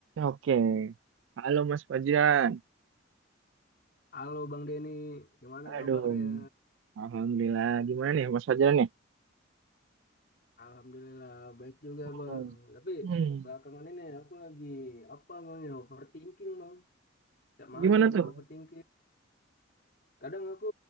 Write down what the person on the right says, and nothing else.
Oke. Halo Mas Fajar.
Aduh,
alhamdulillah. Gimana nih Mas Fajar nih?
Hmm.
Hmm,
gimana
tuh?